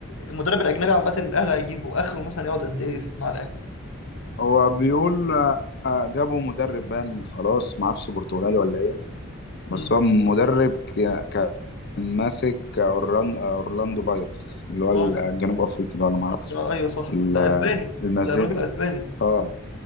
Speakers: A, on the left (about 75°); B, on the left (about 50°).
A: المدرب الاجنبي عامه الاهلي هيجيبه اخره مثلا يقعد قد ايه مع الاهلي
B: هو بيقول آه، جابوا مدرب بان خلاص ما اعرفش برتغالي ولا ايه بس
A: مم.
B: هو مدرب ك... كان ماسك أورلان... اورلاندو بايرتس اللي هو
A: اه ده
B: الجنوب افريقي ده ولا ما اعرفش
A: آه ايوه صح
B: ال-
A: صح. ده اسباني
B: النازيه
A: ده الراجل اسباني
B: اه